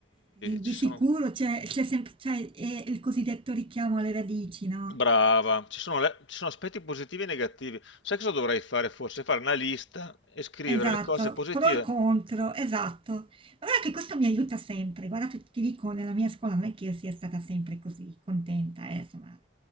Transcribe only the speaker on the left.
ci sono...
Brava, ci sono, le- ci sono aspetti positivi e negativi. Sai cosa dovrei fare forse? Fare una lista e scrivere
le cose positive.